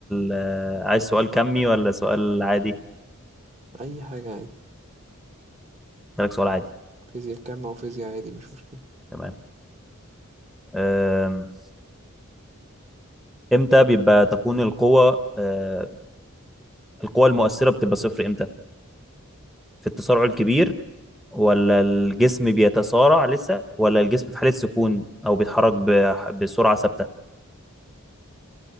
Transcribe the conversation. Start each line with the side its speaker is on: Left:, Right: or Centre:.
Centre: آه عايز سؤال كمي ولا سؤال عادي؟
Right: أي حاجة عادي
Centre: لك سؤال عادي
Right: فيزياء كم أو فيزياء عادي مش مشكلة
Centre: تمام آم، امتى بيبقى تكون القوة آه القوة المؤثرة بتبقى صفر امتى؟ في التسارع الكبير ولا الجسم بيتسارع لسه ولا الجسم في حالة سكون او بيتحرك ب- بسرعة ثابتة؟